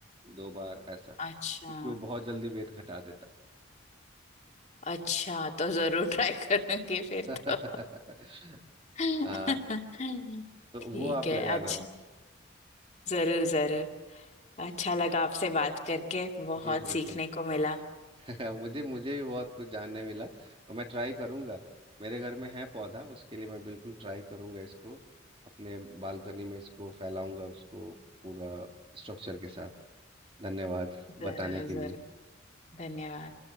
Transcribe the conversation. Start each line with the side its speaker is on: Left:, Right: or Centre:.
Right: दो बार ऐसा क्योंकि
Left: अच्छा
Right: वो बहुत जल्दी वेट घटा देता
Left: अच्छा तो जरूर ट्राई करूंगी फिर
Right: है <laughs>
Left: तो <laughs>
Right: हाँ तो
Left: ठीक
Right: वो आप
Left: है
Right: लगाना
Left: अच्छा
Right: हो
Left: जरूर जरूर अच्छा लगा आपसे बात करके बहुत
Right: जी बिल्कुल
Left: सीखने को मिला
Right: <laughs> मुझे मुझे भी बहुत कुछ जानने मिला और मैं ट्राई करूंगा मेरे घर में है पौधा उसके लिए मैं बिल्कुल ट्राई करूंगा इसको अपने बालकनी में इसको फैलाऊंगा उसको पूरा स्ट्रक्चर के साथ धन्यवाद
Left: जरूर
Right: बताने के लिए
Left: जरूर धन्यवाद